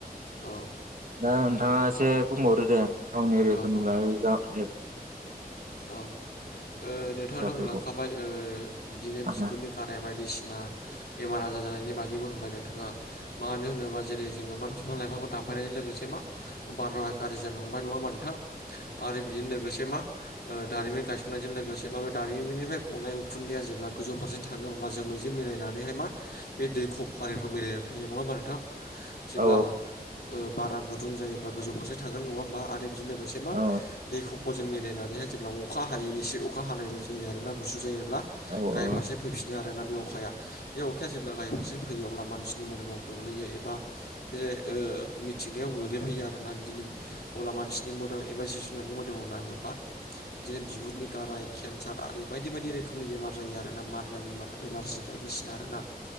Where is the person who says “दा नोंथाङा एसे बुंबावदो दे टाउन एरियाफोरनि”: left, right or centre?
Right